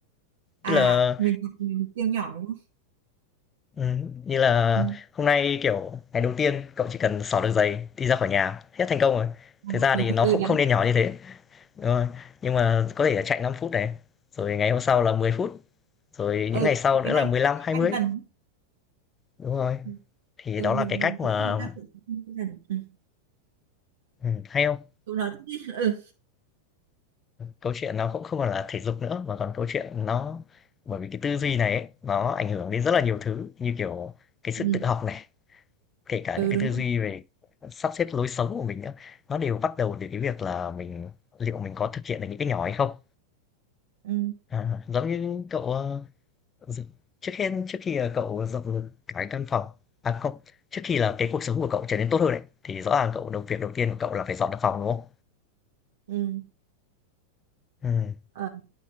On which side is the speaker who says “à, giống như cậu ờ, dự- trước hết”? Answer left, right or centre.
Left